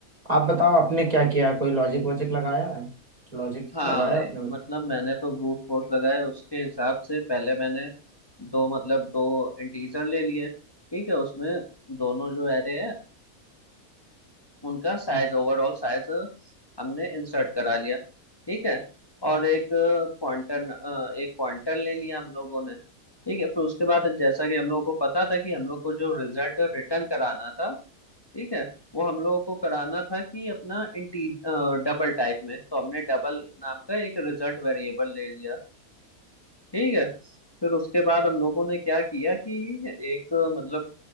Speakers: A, on the right (about 25°); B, on the left (about 15°).
A: आप बताओ आपने क्या किया है कोई लॉजिक वॉजिक लगाया है लॉजिक
B: हाँ
A: लगाया
B: भाई
A: आपने हम्म,
B: मतलब मैंने तो ब्रूट फोर्स लगाया उसके हिसाब से पहले मैंने दो मतलब दो इंटीजर ले लिए ठीक है उसमें दोनों जो एरे है उनका साइज ओवरऑल साइज हमने इंसर्ट करा लिया ठीक है और एक पॉइंटर एक पॉइंटर ले लिया हम लोगों ने ठीक है फिर उसके बाद जैसा कि हम लोगों को पता था कि हम लोग को जो रिजल्ट रिटर्न कराना था ठीक है वो हम लोगों को कराना था कि अपना इंटी डबल टाइप में तो हमने डबल नाम का एक रिजल्ट वेरिएबल ले लिया ठीक है फिर उसके बाद हम लोगों ने क्या किया कि एक मतलब